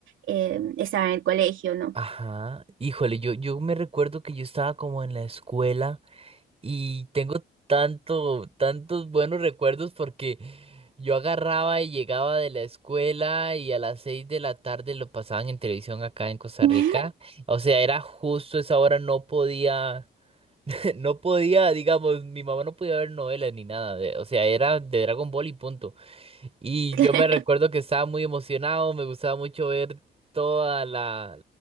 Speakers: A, on the right; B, on the right.
A: eh, estaba en el colegio, ¿no?
B: Ajá, híjole, yo, yo me recuerdo que yo estaba como en la escuela y tengo tanto, tantos buenos recuerdos porque yo agarraba y llegaba de la escuela y a las seis de la tarde lo pasaban en televisión acá en Costa
A: Mm,
B: Rica.
A: <laughs>
B: O sea, era justo esa hora, no podía, <laughs> no podía, digamos, mi mamá no podía ver novelas ni nada de- o sea, era de Dragon Ball y punto. Y
A: claro.
B: yo me recuerdo que estaba muy emocionado, me gustaba mucho ver toda la